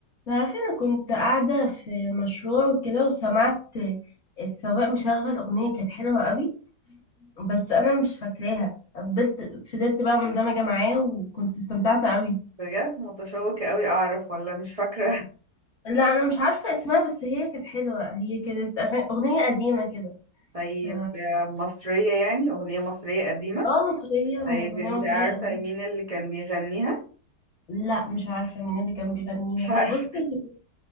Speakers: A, on the left (about 45°); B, on the right (about 65°).
A: تعرفي انا كنت قاعدة في مشروع وكده وسمعت السواق مشغل اغنية كانت حلوة قوي بس انا مش فاكراها فضلت فضلت بقى مندمجة معاه وكنت استمتعت قوي
B: بجد متشوقة قوي أعرف ولا مش فاكرة
A: لا انا مش عارفة اسمها بس هي كانت حلوة هي كانت أغ- اغنية قديمة كده
B: <laughs> طيب
A: ف-
B: آه، مصرية يعني أغنية مصرية قديمة
A: اه مصرية مغ-
B: طيب
A: اغنية
B: أنت
A: مصرية
B: عارفة
A: قديمة
B: مين اللي كان بيغنيها
A: لا مش عارفة مين اللي كان بيغنيها
B: مش عارفة
A: بصي هي-